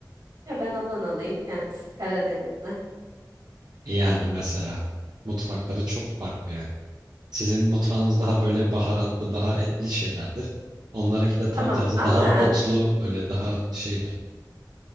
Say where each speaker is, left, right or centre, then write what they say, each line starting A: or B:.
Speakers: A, on the right; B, on the right.
A: Ya ben Adanalıyım kendisi Karadenizli.
B: Yani mesela mutfakları çok farklı yani. Sizin mutfağınız daha böyle baharatlı, daha etli şeylerdir. Onlarınki de tam
A: Tamam
B: tersi
A: ama
B: daha otlu, böyle daha şeydir.